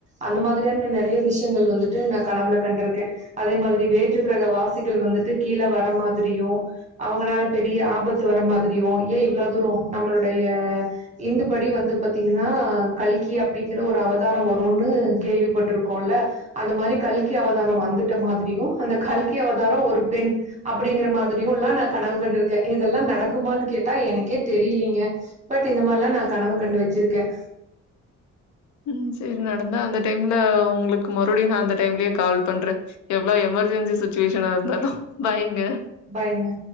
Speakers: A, on the right; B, on the left.
A: அந்த மாதியானா நிறைய விஷயங்கள் வந்துட்டு நான் கனவுல கண்டிருக்கேன் அதே மாதிரி வேற்றுக்கிரக வாசிகள் வந்துட்டு கீழே வர மாதிரியும் அவங்கனால பெரிய ஆபத்து வர மாதிரியும் ஏன் இவ்ள தூ நம்மளுடைய இந்துபடி வந்து பாத்தீங்கன்னா கல்கி அப்டிங்ற ஒரு அவ அவதாரம் வரும்ன்னு கேள்விப்பட்டிருக்கோம்ல அந்த மாதிரி கல்கி அவதாரம் வந்துட்ட மாதிரியும் அந்த கல்கி அவதாரம் ஒரு பெண் அப்படிங்கிற மாதிரியும் எல்லாம் நான் கனவு கண்டுருக்கேன் இதெல்லாம் நடக்குமான்னு கேட்டா எனக்கே தெரியிலீங்க பட் இந்த மாதிரில்லாம் நான் கனவு கண்டு வச்சிருக்கேன்
B: ம் சரி நடந்தா அந்த டைம்ல உங்களுக்கு மறுபடியும் நான் அந்த டைம்லே கால் பண்றேன் எவ்வளவு எமர்ஜென்சி சுச்சுவேஷனா இருந்தாலும் பாய்ங்க
A: பாய்ங்க